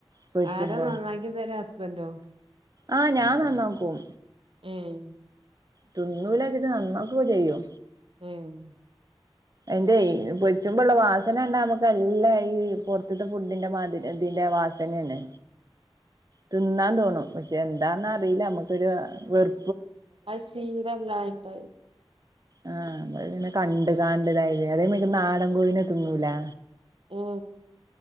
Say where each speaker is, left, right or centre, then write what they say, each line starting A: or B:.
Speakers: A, on the right (about 40°); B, on the right (about 70°).
A: പെര്ച്ചുമ്പോ
B: ആരാ നന്നാക്കി തരാ ഹസ്ബൻഡോ
A: ആ ഞാൻ നന്നാക്കും
B: ഉം
A: തുന്നുല്ലച്ചിട്ട് നന്നാക്കക്കെചെയ്യോ
B: ഉം
A: എന്റെ പൊച്ചുമ്പള്ള വാസനണ്ട നമ്മുക്ക് തല്ല ഈ പുർത്ത്ത്തെ ഫുഡിന്റെ മാതി ഇതിന്റെ വാസനയാണ് തിന്നാ തോന്നും പക്ഷെ എന്താന്ന അറിയില്ല നമുക്കൊരു വെറു
B: അ ഷീല ലായിട്ടായി
A: ആഹ് നമ്മള് ഇങ്ങനെ കണ്ട് ദാണ്ട് ദായിലെ അതേമായിരിക് നാടം കോഴിനെ തിനൂലേ
B: ഓ